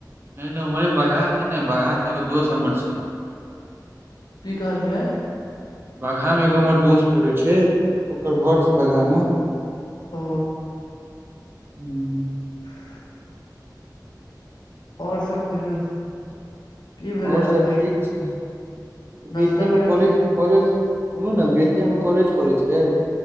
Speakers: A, on the right; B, on the left.
A: नय नय उमहर बगहा छै न बगहा सँ एगो दोस हमर छै
B: की कहलियै
A: बगहामे एगो हमर दोस्त पड़ै छै ओकर घर छै बागहामे
B: ओ
A: हूँ
B: <inaudible> आओर सभ कहियौ। की भेलै
A: आओर सभ
B: आइ
A: ठीक छै, बीटीए
B: नाश्ता
A: मे
B: पानी
A: कॉलेज।
B: की
A: कॉलेज सुनू ने बितयामे कॉलेज पढ़ै छियै।